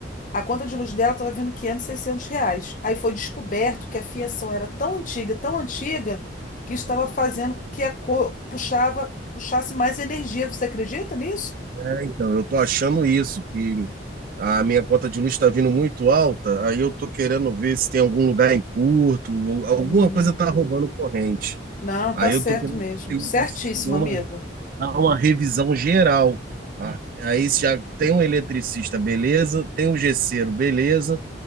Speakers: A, on the left; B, on the right.
A: A conta de luz dela estava vindo 500, 600 reais. Aí foi descoberto que a fiação era tão antiga, tão antiga, que estava fazendo com que a cor puxava, puxasse mais energia. Você acredita nisso?
B: é, então, eu tô achando isso, que a minha conta de luz está vindo muito alta, aí eu tô querendo ver se tem algum lugar em curto, ou alguma
A: Hum,
B: coisa tá roubando corrente.
A: não,
B: Aí
A: tá certo
B: eu tô querendo
A: mesmo.
B: ver o
A: Certíssimo,
B: eletricista dê uma,
A: amigo.
B: dar uma revisão geral. tá? Aí já tem um eletricista, beleza? Tem um gesseiro, beleza?